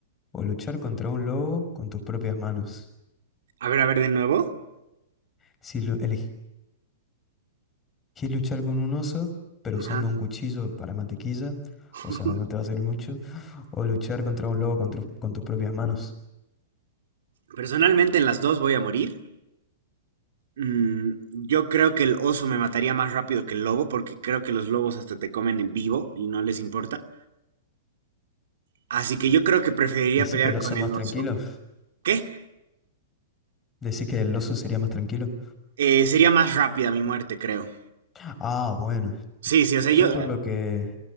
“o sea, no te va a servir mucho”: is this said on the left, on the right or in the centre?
Left